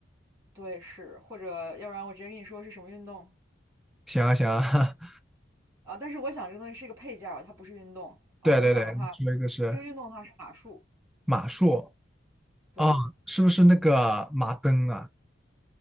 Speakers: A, on the right; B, in the centre.
A: 对，是，或者要不然我直接跟你说是什么运动。
B: 行啊行啊，<laughs>
A: 啊，但是我想这个东西是一个配件儿，它不是运动。呃，
B: 对对对，
A: 我想的话，
B: 你说一个是
A: 这个运动的话是马术，
B: 马术
A: 对，
B: 啊，是不是那个马灯啊？